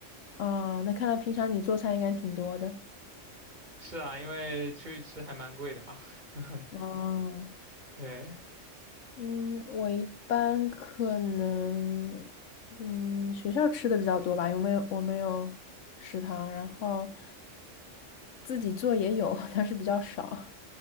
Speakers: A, on the left (about 75°); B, on the right (about 35°).
A: 哦，那看来平常你做菜应该挺多的。
B: <laughs> 是啊，因为出去吃还蛮贵的嘛。<laughs>
A: 哦，
B: 对，
A: 嗯，我一般可能，嗯，学校吃的比较多吧，因为我没有我没有食堂，然后自己做也有，但是比较少。